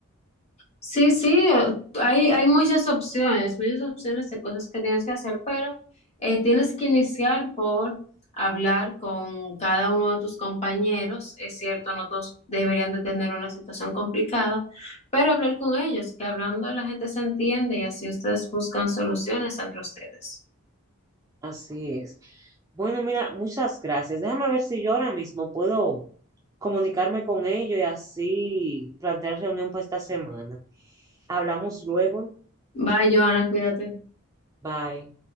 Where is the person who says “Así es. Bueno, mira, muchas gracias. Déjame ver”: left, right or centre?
Right